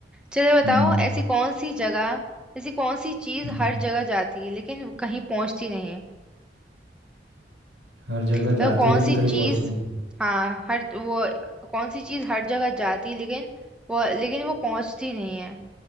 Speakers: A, in the centre; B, on the right.
A: चलिए बताओ
B: हम्म
A: ऐसी कौन सी जगह ऐसी कौन सी चीज
B: हम्म,
A: हर जगह जाती है लेकिन वो कहीं पहुंचती नहीं है
B: हर जगह
A: मतलब
B: जाती
A: कौन
B: है लेकिन
A: सी चीज
B: कहीं पहुंचती नहीं
A: हाँ हर वो कौन सी चीज हर जगह जाती है लेकिन वो लेकिन वो पहुंचती नहीं है